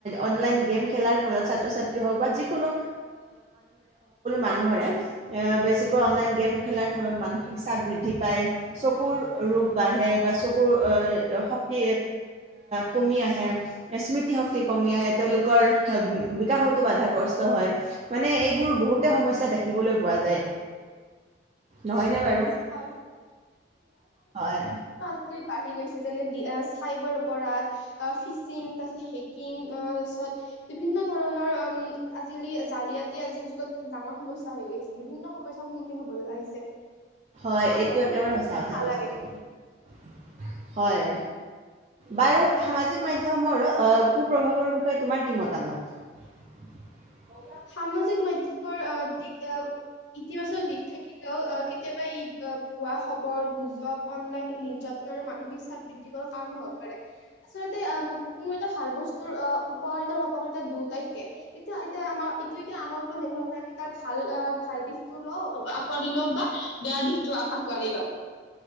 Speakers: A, on the right (about 35°); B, on the left (about 75°).
A: অনলাইন <unintelligible> খেলাৰ ফলত ছাত্ৰ ছাত্ৰী হওঁক বা মানে যিকোনো মানুহৰে বেছিকৈ অনলাইন গেম খেলাৰ ফলত মানসিক চাপ। বৃদ্ধি <inaudible> পায় চকুৰ ৰোগ বাঢ়ে বা চকুৰ শক্তি কমি আহে স্মৃতি শক্তি কমি আহে তেওঁলোকৰ বিকাশতো বাধাগ্ৰস্ত হয় মানে এইবোৰ বহুত সমস্যা দেখিবলৈ পোৱা যায় নহয়নে বাৰু
B: হয়।
A: হয়।
B: আজালি বাঢ়ি গৈছে যেনে চাইবাৰ অপৰাধ ফিচিং তাৰ পিছত হেকিং অ তাৰ পিছত বিভিন্ন ধৰণৰ অ আজিকালি জালিয়াতি আজি যুগত এক ডাঙৰ সমস্যা হৈ গৈছে বিভিন্ন সমস্যাৰ সন্মুখীন হব লগা হৈছে।
A: হয়
B: আমি
A: এইটো
B: আচলতে
A: একেবাৰে সঁচা কথা
B: নালাগে
A: কৈছা তুমি হয় বাৰু সামাজিক মাধ্যমৰ কুপ্ৰভাৱৰ বিষয়ে তোমাৰ কি মতামত
B: সামাজিক মাধ্যমৰ আহ দিশ আহ ইতিবাচক দিশ থাকিলেও আহ কেতিয়াবা ই ভুৱা খবৰ গুজৱ অনলাইন নিৰ্যাতন আৰু মানসিক চাপ বৃদ্ধ কৰে কাৰণ হব পাৰে আচলতে কোনো এটা ভাল বস্তুৰ আহ উপকাৰিতা উপপকাৰিতা দুয়োটাই থাকে এতিয়া এতিয়া আমাৰ ত এতিয়া কি আমাৰ ওপৰত নিৰ্ভৰ কৰে আমি তাত ভাল অ ভাল দিশতটো ল আঁকালি লও বা বেয়া দিশ আকোৱালি ল‌ও